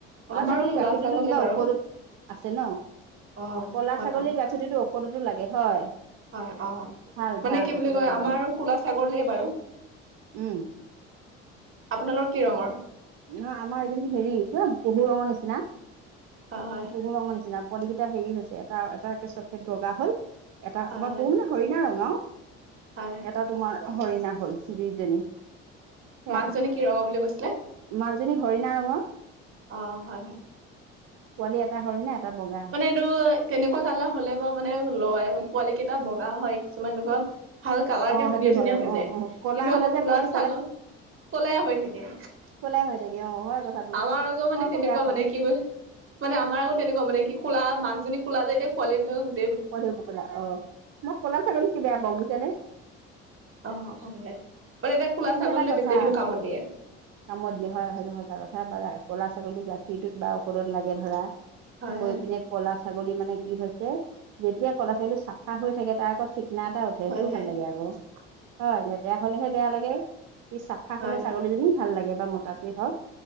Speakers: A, on the right; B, on the right.
A: কলা
B: আমাৰো
A: ছাগলীৰ
B: কোলা
A: গাখীৰটোতো
B: ছাগলে
A: কিবা
B: বাৰু।
A: ঔষধত আছে ন
B: অ
A: কলা
B: হয়
A: ছাগলীৰ
B: হয়
A: গাখীৰটোতোঔ পটোতো লাগে হয়
B: হয় অ
A: ভাল
B: মানে
A: ভাল
B: কি
A: ঔষধত
B: বুলি কয়
A: লাগে
B: আমাৰ কোলা ছাগলে বাৰু
A: উম।
B: আপোনালৰ কি ৰঙৰ।
A: নহয় আমাৰ এইেই হেৰি কি পহু ৰঙৰ নিচিনা
B: হয় হয়
A: পহু ৰঙৰ নিচিনা। পলিকেইটা হেৰি হৈছে এটা এটাে চফেট বগা হল এটা
B: হয়
A: মই
B: হয়
A: পঢো মানে হৰিণা ৰঙাও।
B: হয়।
A: এটা তোমাৰ হৰিণা হল দুইজনী। সেয়া
B: মাকজনী কি ৰঙ বুলি কৈছিলে।
A: মাজনী হৰিণা ৰঙতৰ
B: অ হয় হয়।
A: পোৱালি এটা হৰিণা। এটা বগা
B: মানে এইটো কেনেকুৱা কালাৰ হ'লে বাৰু মানে লয় পোৱালি কেইটা বগা হয়। কিছুমান এনেকুৱা ভাল কালাৰ
A: অ
B: কে
A: সেইটো
B: ধুনীয়া
A: হয়
B: ধুনীয়া হৈ
A: অ
B: যায়
A: অ
B: কিন্তু
A: ক'লা হলে
B: আকৌ
A: যে
B: কোলা
A: পোৱালি
B: ছাগ কলে হৈ থাকে।
A: কোলাই হৈ থাকে অ হয় কথাটো
B: আমাৰ মানে
A: মই আকৌ
B: তেনেকুৱা
A: বেয়া পাও।
B: মানে কি মানে আমাৰ আত তেনেুৱা মানে কি কলা মাকজনী কোলাায় এতিয়াোৱালিব বিলাক
A: প পতেলা অ মই পলা থাকল কি বেয়া পাওঁ বিচা নে।
B: অ', হয', হয', মানে এতিয়া কোলা
A: কিন্তু
B: ছাগলীলৈ
A: এটা কথা
B: বেছি কিন্তু কামত দিয়ে।
A: কামত দিয়া হয় সেইটো স তাৰ কথা বাৰু'লৰা ছাগ ল গাখীৰতটো কিবা ঔষধত লাগে ধৰা
B: হয়
A: আকৌ
B: হয়
A: এইপিনে ক'লা ছাগলী মানে কি হৈছে। যেতিয়া ক'লা ছোৱালী চাফা হৈ থাকে তাৰ আকৌ না এটা উঠে
B: হয়
A: সেইটোও
B: হয়
A: ভাল লাগে আকৌ হয় লেতেৰা হলেহে বেয়া লাগে। সি চাফা
B: হয়
A: হলে ছাগলীজনী ভাল লাগে বা মতাতোৱে হওক